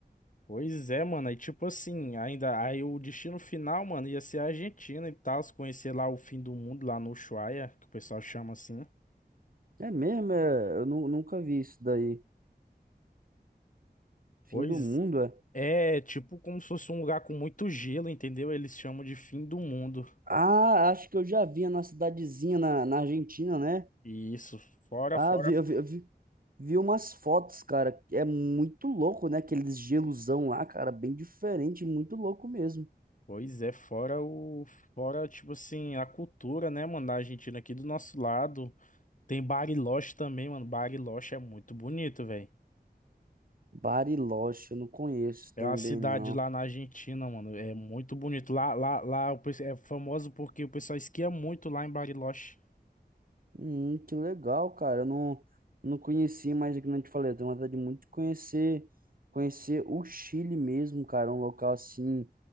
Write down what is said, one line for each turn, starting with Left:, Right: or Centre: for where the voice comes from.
Left: Pois é, mano. Aí, tipo assim, ainda. Aí o destino final, mano, ia ser a Argentina e tal. Se conhecer lá o fim do mundo, lá no Ushuaia, que o pessoal chama assim.
Right: É mesmo, é, eu nu- nunca vi isso daí. Fim
Left: Pois
Right: do mundo, é?
Left: é, tipo como se fosse um lugar com muito gelo, entendeu? Eles chamam de fim do mundo.
Right: Ah, acho que eu já vi na cidadezinha na, na Argentina, né?
Left: E isso, fora,
Right: Ah,
Left: fora.
Right: vi, eu vi, eu vi, Vi umas fotos, cara, é muito louco, né? Aqueles gelosão lá, cara, bem diferente, muito louco mesmo.
Left: Pois é, fora o. Fora, tipo assim, a cultura, né, mano, da Argentina aqui do nosso lado. Tem Bariloche também, mano. Bariloche é muito bonito, velho.
Right: Bariloche, eu não conheço
Left: É
Right: também,
Left: uma cidade
Right: não.
Left: lá na Argentina, mano. É muito bonito. Lá, lá, lá o pessoal é famoso porque o pessoal esquia muito lá em Bariloche.
Right: Hum, que legal, cara, eu não, não conheci, mas é que nem eu te falei, eu tenho vontade muito de conhecer, conhecer o Chile mesmo, cara, um local assim,